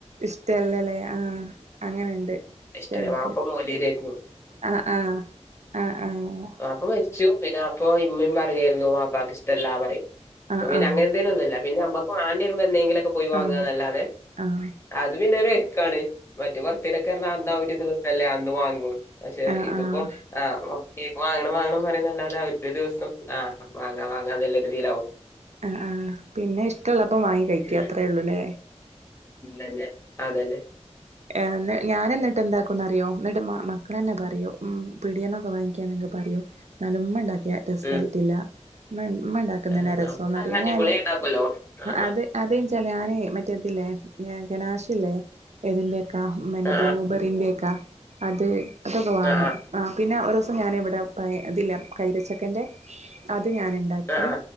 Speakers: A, on the right; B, on the left.
A: ഇഷ്ട്ടല്ലല്ലേ ആഹ് അങ്ങനെണ്ട്
B: ഇഷ്ടല്ല
A: ചെലർക്ക്
B: വാപ്പ മോല്യേരായിരുന്നു
A: ആഹ് ആഹ് ആഹ് ആഹ്
B: ഇപ്പ മരിച്ചു പിന്നാ അപ്പൊ ഇമ്മിം പറയേരുന്നു വാപ്പാക്ക് ഇഷ്ട്ടല്ലാ പറയും
A: ആഹ്
B: പിന്നങ്ങനെ
A: ആഹ് ആഹ്
B: ത്തീനൊന്നുല്ല പിന്നെ അമ്മ്ക്ക് വാണ്ടി വരുമ്പൊ എന്തേങ്കിലൊക്കെ
A: ആഹ്
B: പോയി വാങ്ങ്വാന്നല്ലാതെ
A: ആഹ് ആഹ്
B: അത് പിന്നെ രേക്കാണ് മറ്റേ ബർത്ത് ഡേയ്ക്കെർന്നാ അന്ന ഒരു ദിവസല്ലേ അന്ന് വാങ്ങൂ പക്ഷെ
A: ആഹ് ആഹ്
B: ഇതിപ്പൊ
A: ആഹ്
B: ആഹ് വ കേക്ക് വാങ്ങണം വാങ്ങണം പറയുന്ന അല്ലാതെ ഒരു ദിവസം ആഹ് വാങ്ങാ വാങ്ങാന്നല്ല രീതീലാവും
A: ആഹ് ആഹ് പിന്നെ ഇഷ്ട്ടൊള്ളപ്പ വാങ്ങി കഴിക്കാ
B: ഉം
A: അത്ര ഒള്ളൂല്ലേ
B: ഇല്ലന്നെ അതന്നെ
A: എഹ് ഞാനന്നിട്ട് എന്താ ക്കുന്നറിയോ എന്നിട്ട് മ മക്കളന്നെ പറയും ഉം പിടിയേന്നൊക്കെ വാങ്ങിക്കാണെങ്കി പറയും എന്നാലും ഉമ്മ എണ്ടാക്കിയ രെസായിട്ടില്ല
B: ഉം
A: ഉമ്മ ഉമ്മ എണ്ടാക്കുന്നേനാ
B: ആ
A: രസോന്ന
B: അപ്പൊ നല്ല
A: പറയ
B: അടിപൊളി
A: അങ്ങനെല്ല
B: ഉണ്ടാക്കുമല്ലോ ആ
A: അത് അത് എൻച്ചാൽ ഞാന് മറ്റേത് ഇല്ലേ ഘനാഷില്ലേ ഏതിന്റെ കാ മിന്നെ
B: ആ
A: ബ്ലൂബെറീന്റേക്ക അത് അതൊക്കെ വാങ്ങും
B: ആ ആ
A: ആഹ് പിന്നെ ഒരൂസം ഞാനിവടെ പ ഇതില്ലേ കൈതച്ചക്കേൻ്റെ അത് ഞാനിണ്ടാക്കി
B: ആ ആ